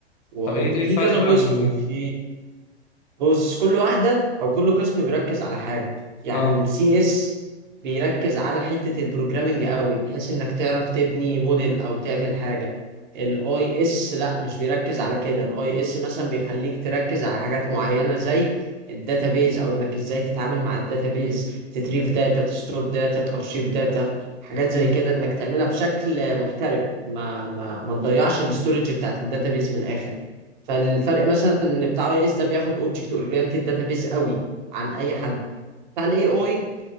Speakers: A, on the right; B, on the left.
A: واي
B: طب ايه
A: تي
B: ايه
A: في
B: الفرق
A: كذا
B: بقى
A: قسم
B: من
A: وفي بص كل واحدة أو كل قسم بيركز على حاجة يعني
B: اه
A: السي اس بيركز على حتة البروجرامينج قوي بحيث إنك تعرف تبني موديل أو تعمل حاجة الاي اس لا مش بيركز على كده الاي اس مثلا بيخليك تركز على حاجات معينة زي الداتابيز أو إنك إزاي تتعامل مع الداتابيز تتريف داتا تستور داتا تأرشيف داتا حاجات زي
B: مم.
A: كده إنك تعملها بشكل محترف ما ما ما تضيعش الاستورج بتاعت الداتابيز من الآخر فالفرق مثلا ان بتاع اي اس ده بياخد اوبجكت اورينتد داتابيز قوي عن اي حد بتاع الاي اي